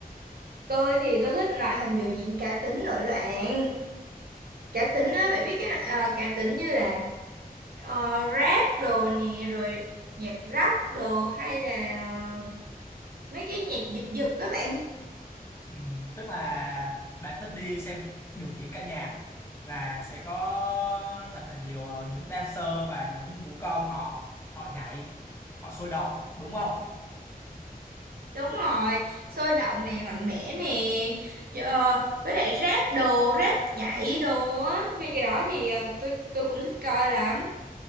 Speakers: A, on the right; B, on the left.
A: Tôi thì tôi thích loại hình biểu diễn cá tính nổi loạn. Cá tính á, bạn biết cái loại ờ, cá tính như là ờ, rap đồ nè, rồi nhạc rock đồ hay là ờ, mấy cái nhạc giật giật các bạn.
B: Ừ, tức là bạn thích đi xem biểu diễn ca nhạc là sẽ có thật là nhiều ờ, những dancer và những vũ công họ họ nhảy họ sôi động đúng không
A: Đúng rồi, sôi động nè, mạnh mẽ nè. Ờ, với lại rap đồ, rap nhảy đồ á, mấy cái đó thì ờ, tôi tôi cũng thích coi lắm.